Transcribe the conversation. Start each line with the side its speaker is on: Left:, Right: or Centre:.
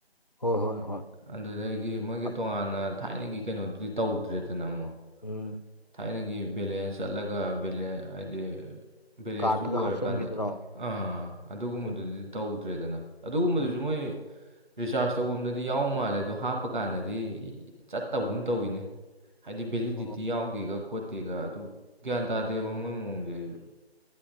Left: ꯍꯣꯏ ꯍꯣꯏ ꯍꯣꯏ
Right: ꯑꯗꯨꯗꯒꯤ ꯃꯣꯏꯒꯤ
Left: ꯑ
Right: ꯇꯣꯉꯥꯟꯅ ꯊꯥꯏꯅꯒꯤ ꯀꯩꯅꯣꯗꯨꯗꯤ ꯇꯧꯗ꯭ꯔꯦꯗꯅ ꯑꯃꯨꯛ
Left: ꯎꯝ
Right: ꯊꯥꯏꯅꯒꯤ ꯕꯦꯂꯦꯟꯁ ꯆꯠꯂꯒ ꯍꯥꯏꯗꯤ ꯕꯦꯂꯦꯟꯁꯇꯨ
Left: ꯀꯥꯔꯠꯇꯒ
Right: ꯂꯣꯏꯔꯀꯥꯟꯗ
Left: ꯍꯥꯞꯆꯤꯟꯕꯤꯗꯨꯔꯣ
Right: ꯑꯥ ꯑꯗꯨꯒꯨꯝꯕꯗꯨꯗꯤ
Left: ꯎꯝ
Right: ꯇꯧꯗ꯭ꯔꯦꯗꯅ ꯑꯗꯨꯒꯨꯝꯕꯗꯨꯁꯨ
Left: ꯎꯝ
Right: ꯃꯣꯏ ꯔꯤꯆꯥꯔꯖ ꯇꯧꯕꯐꯝ ꯑꯗ ꯑꯗꯨ ꯌꯥꯎ ꯃꯥꯜꯂꯦ ꯑꯗꯨꯗ ꯍꯥꯞꯄ ꯀꯥꯟꯗꯗꯤ ꯆꯠꯇꯕꯒꯨꯝ ꯇꯧꯋꯤꯅꯦ ꯍꯥꯏꯗꯤ ꯚꯦꯂꯤꯗꯤꯇꯤ
Left: ꯑꯣ
Right: ꯌꯥꯎ ꯒ ꯈꯣꯠꯇꯦꯒ ꯑꯗꯨ ꯒ꯭ꯌꯥꯟ ꯇꯥꯗꯦꯕ ꯃꯣꯏ ꯃꯑꯣꯡꯁꯦ ꯑꯩꯁꯨ